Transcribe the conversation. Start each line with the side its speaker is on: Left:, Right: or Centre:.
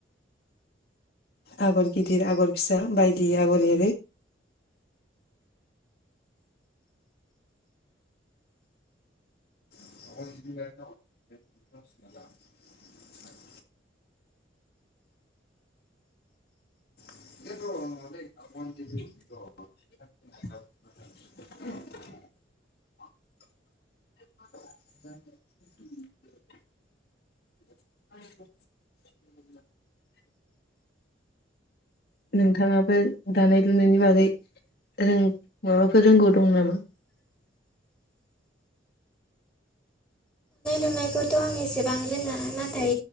Left: आगर गिदिर आगर फिसा बायदि आगर एरो <unintelligible> <unintelligible> नोंथाङाबो दानाय लुनायनि बागै रों माबाफोर रोंगौ दं नामा?
Centre: एनायखौथ आं एसेबां रोङा नाथाय